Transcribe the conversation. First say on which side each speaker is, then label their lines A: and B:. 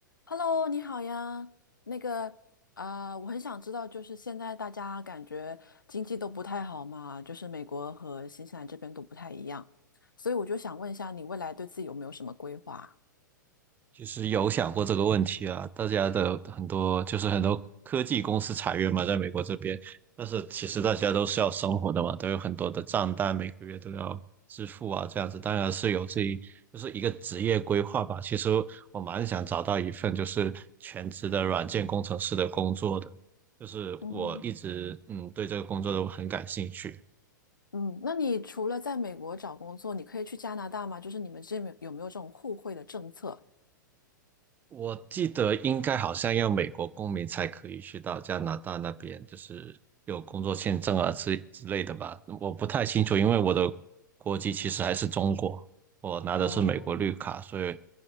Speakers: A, on the left; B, on the right.
A: Hello，你好呀。那个，啊，我很想知道，就是现在大家感觉经济都不太好嘛，就是美国和新西兰这边都不太一样，所以我就想问一下，你未来对自己有没有什么规划？
B: 其实有想过这个问题啊，大家的很多就是很多科技公司裁员嘛，在美国这边，但是其实大家都是要生活的嘛，都有很多的账单，每个月都要支付啊，这样子当然是有自己就是一个职业规划吧。其实我蛮想找到一份就是全职的软件工程师的工作的，就是我一直嗯对这个工作都很感兴趣，
A: 嗯，嗯，那你除了在美国找工作，你可以去加拿大吗？就是你们这边有没有这种互惠的政策？
B: 我记得应该好像要美国公民才可以去到加拿大那边，就是有工作签证啊之之类的吧。我不太清楚，因为我的国籍其实还是中国，我拿的是美国绿卡，
A: 哦
B: 所以